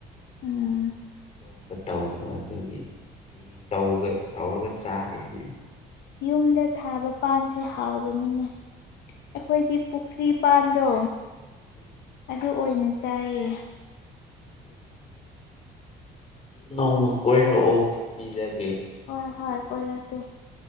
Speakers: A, on the left (about 75°); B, on the left (about 40°).
A: ꯎꯝ
B: ꯌꯣꯟꯕ ꯇꯧꯗꯕ ꯑꯗꯨꯒꯤ ꯍꯌꯦꯡ ꯇꯧ ꯇꯧꯔꯒ ꯆꯥꯒꯦ ꯍꯌꯦꯡ
A: ꯌꯨꯝꯗ ꯊꯥꯕ ꯄꯥꯟꯁꯦ ꯍꯥꯎꯕꯅꯤꯅꯦ ꯑꯩꯈꯣꯏꯗꯤ ꯄꯨꯈ꯭ꯔꯤ ꯄꯥꯟꯗꯣ
B: ꯎꯝ
A: ꯑꯗꯨ ꯑꯣꯏꯅ ꯆꯥꯏꯌꯦ
B: ꯑꯗꯨꯅꯤ ꯅꯣꯡꯃ ꯀꯣꯏꯔꯛꯎ ꯄꯤꯖꯒꯦ
A: ꯍꯣꯏ ꯍꯣꯏ ꯀꯣꯏꯔꯛꯀꯦ